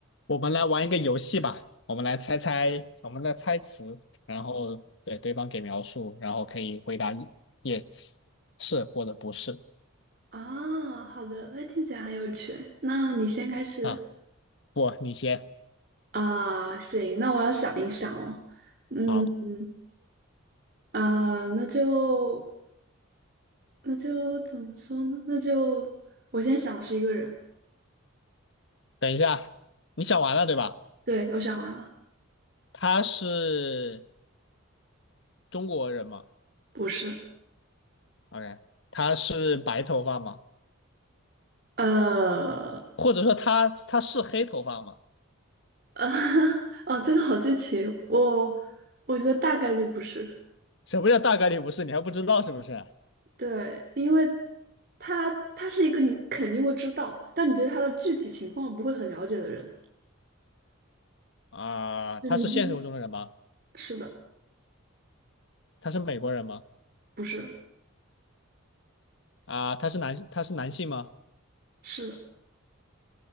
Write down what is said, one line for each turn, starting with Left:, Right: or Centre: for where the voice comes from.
Left: 我们来玩一个游戏吧，我们来猜猜，我们来猜词，然后对对方给描述，然后可以回答 yes 是或者不是
Right: 啊，好的，那听起来很有趣。那你先开始
Left: 啊。不，你先。
Right: 啊，行，那我要想一想哦。嗯嗯
Left: 好，
Right: 啊，那就那就怎么说呢？那就我先想的是一个人，
Left: 等一下，你想完了对吧？
Right: 对，我想完了，
Left: 他是中国人吗
Right: 不是，
Left: ？OK，他是白头发吗？
Right: 呃
Left: 或者说他他是黑头发吗？
Right: 呃，<laughs> 哦，这个好具体，我我觉得大概率不是，
Left: 什么叫大概率不是？你还不知道是不是？
Right: 对，因为他他是一个你肯定会知道，但你对他的具体情况不会很了解的人，
Left: 啊、
Right: 就是你就是
Left: 他是现实中的人吗？
Right: 是的，
Left: 他是美国人吗？
Right: 不是。
Left: 啊、他是男他是男性吗？
Right: 是